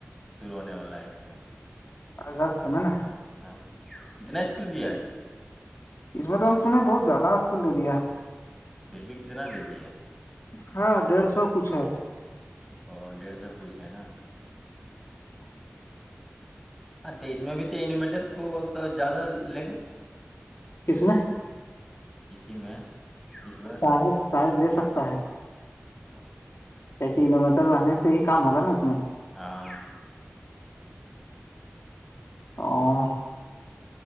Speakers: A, in the centre; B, on the left (about 65°).
A: شروع ہونے والا ہے کیا
B: اگست میں نا
A: ہاں کتنا اسکول دیا ہے جی
B: اس میں تو ہم سننے بہت زیادہ اسکول دیا ہے
A: پھر بھی کتنا دے دیا
B: ہاں ڈیڑھ سو کچھ ہے
A: اور ڈیڑھ سو کچھ ہے نا
B: <inaudible>
A: ہاں توس میں بھی تو انوویٹر کو تو زیادہ لے گا
B: کس میں
A: اسی میں اس بار
B: شاید شاید لے سکتا ہے
A: <inaudible>
B: کیا کہ انویٹر رہنے سے ہی کام ہوگا نا اس میں
A: ہاں
B: <unintelligible>